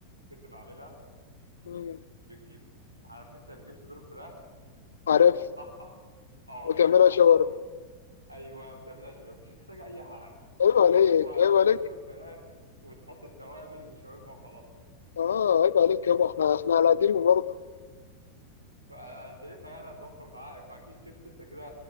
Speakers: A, on the right (about 85°); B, on the left (about 65°).
A: كنت بعملها
B: مم.
A: بتجيب عارف انت بتجيب صدور فراخ
B: عارف
A: بتقطعها اه
B: وتعملها
A: بتقطعها
B: شاورما
A: ايوه بتعملها شاورما مش محتاجة اي حاجة
B: عيب عليك
A: هو
B: عيب عليك
A: صدور الفراخ وتحط التوابل وشاورما وخلاص كده
B: اه عيب عليك يابا احنا احنا على قديم برضه
A: فانا شايفها يعني هتوفر معاك مع كيس شيبس انت كده